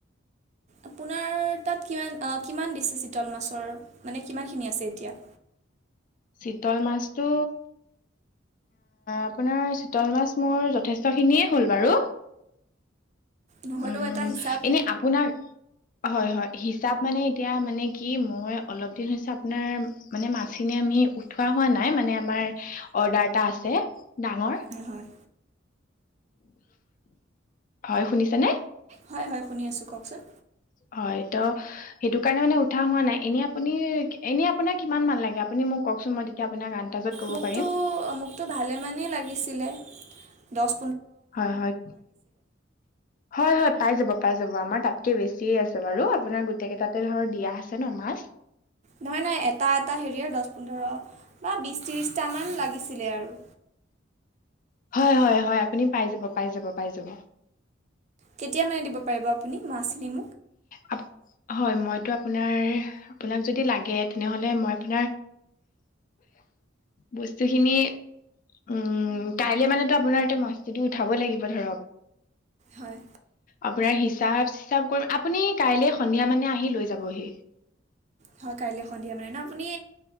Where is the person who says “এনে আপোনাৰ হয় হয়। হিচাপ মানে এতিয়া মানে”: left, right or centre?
Left